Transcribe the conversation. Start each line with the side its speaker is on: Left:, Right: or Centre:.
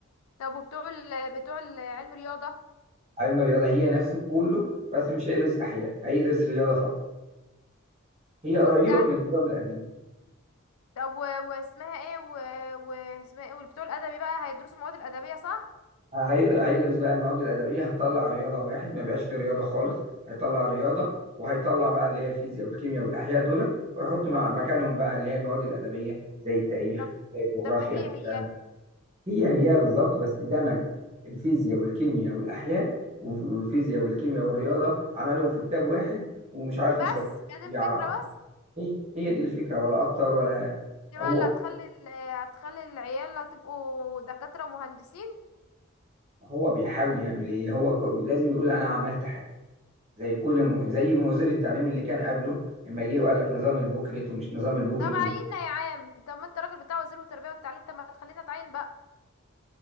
Left: طب وبتوع ال بتوع ال- علم رياضة
Right: علم الرياضة هي نفسه كله بس مش هيدرس أحياء هيدرس رياضة فقط هي
Left: وبتاع
Right: قريبة من النظام القديم
Left: طب و- واسمها ايه و... واسمها ايه والبتوع الأدبي بقى هيدرسوا المواد الأدبية صح
Right: هيد- هيدرس بقى المواد الادبيه هتطلع رياضه واحد ما بيبقاش فيه رياضه خالص هيطلع رياضه وهيطلع بقى اللي هي الفيزياء والكيمياء والاحياء دولت ويحط مع مكانهم بقى اللي هي المواد الادبيه زي التاريخ
Left: طب
Right: زي الجغرافيا
Left: طب ما هي هي
Right: زي علم هي هي بالظبط بس دمج الفيزياء والكيمياء والاحياء وف- والفيزياء والكيمياء والرياضه عملهم في كتاب واحد ومش عارف
Left: بس
Right: مسميه
Left: هي دي
Right: يع-
Left: الفكرة
Right: أو
Left: بس
Right: كده. هي هي دي الفكره ولا اكتر ولا أقل.
Left: دي
Right: هو
Left: بقى اللي هتخلي ال... هتخلي العيال هتبقوا دكاترة مهندسين
Right: هو بيحاول يعمل ايه هو ك- لازم يقول انا عملت حاجه زي كل م... زي ما وزير التعليم اللي كان قبله لما جه وقال لك نظام البوكلت ومش نظام البوكلت
Left: طب عيننا
Right: ومش...
Left: يا عام طب ما انت راجل بتاع وزير التربيه والتعليم طب ما تخلينا اتعين بقى